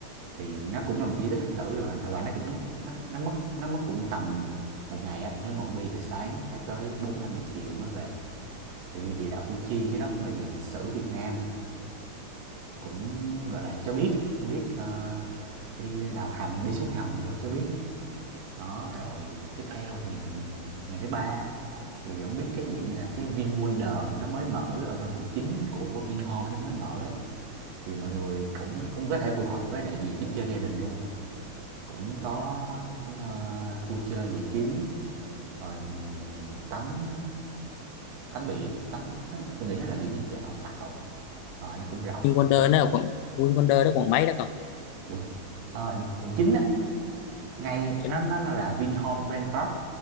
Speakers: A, on the right; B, on the left.
A: thì nó cũng là một di tích lịch sử rồi và nó cũng nó, nó mất nó mất cũng tầm một ngày á nếu mà ông đi từ sáng phải tới bốn năm giờ chiều mới về thì đi địa đạo Củ Chi cái đó cũng là dạng lịch sử Việt Nam cũng gọi là cho biết cho biết ờ, đi đào hầm đi xuống hầm rồi cho biết đó rồi tiếp theo thì ngày thứ ba thì ông biết cái dạng như là cái VinWonder nó mới mở ở bên quận 9 của Vinhome nó mới mở á thì mọi người cũng cũng có thể phù hợp với đại việc đi chơi gia đình luôn Cũng có, ơ, vui chơi giải trí, rồi tắm tắm biển, tắm tôi nghĩ nó là biển Nhân Chạo, Tạo, ờ, nó cũng rộng.
B: Vinwonder nó là quận Vinwonder đó quận mấy đó cậu?
A: Quận ờ, quận 9 á, ngay
B: chính
A: nó nó là Vinhome Grand Park,